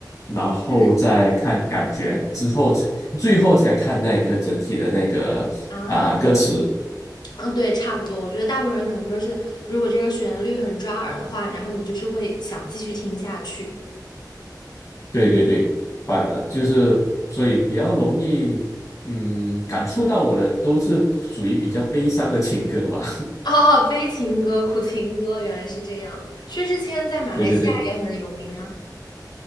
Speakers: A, on the left; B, on the left.
A: 然后再看感觉，
B: 嗯
A: 之后才最后才看那个整体的那个啊、
B: 啊，
A: 歌词。
B: 嗯，对，差不多。我觉得大部分人可能都是，如果这个旋律很抓耳的话，然后你就是会想继续听下去。
A: 对对对，反呃就是所以比较容易，嗯，感触到我的都是属于比较悲伤的情歌吧。
B: 哦，悲情歌、苦情歌，原来是这样。薛之谦在马来西亚也很有名吗？
A: <laughs> 对对对，